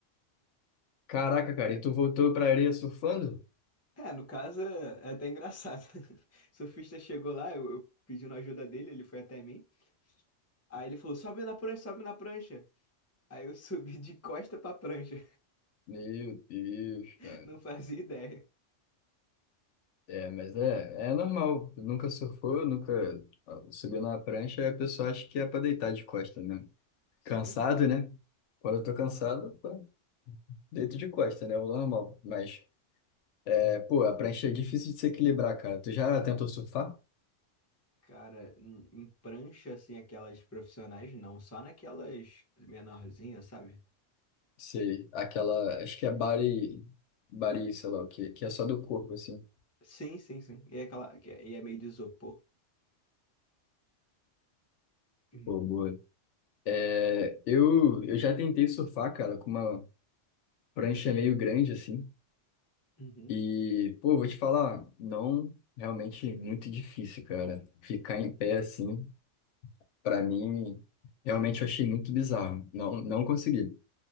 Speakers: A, on the left; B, on the left.
A: Caraca, cara, e tu voltou pra areia surfando?
B: É, no caso é é até engraçado. <laughs> O surfista chegou lá, eu, eu pedindo ajuda dele, ele foi até mim. Aí ele falou: sobe na prancha, sobe na prancha. Aí eu <laughs> subi de costa pra prancha.
A: Meu Deus,
B: <laughs>
A: cara.
B: Não fazia ideia.
A: É, mas é, é normal. Nunca surfou, nunca ah, subiu na prancha, aí a pessoa acha que é pra deitar de costa mesmo.
B: Sim,
A: Cansado,
B: sim.
A: né? Quando eu tô cansado, pô, deito de costa, né? É o normal. Mas, é, pô, a prancha é difícil de se equilibrar, cara. Tu já tentou surfar?
B: Cara, em em prancha, assim, aquelas profissionais, não, só naquelas menorzinhas, sabe?
A: Sei, aquela, acho que é body, body, sei lá o quê, que é só do corpo, assim.
B: Sim, sim, sim. E é aquela. que é- E é meio de isopor. Hum.
A: Pô, boa. É, eu, eu já tentei surfar, cara, com uma. prancha é meio grande, assim.
B: Uhum.
A: E, pô, eu vou te falar, não, realmente muito difícil, cara. Ficar em pé, assim, pra mim, realmente eu achei muito bizarro. Não, não consegui.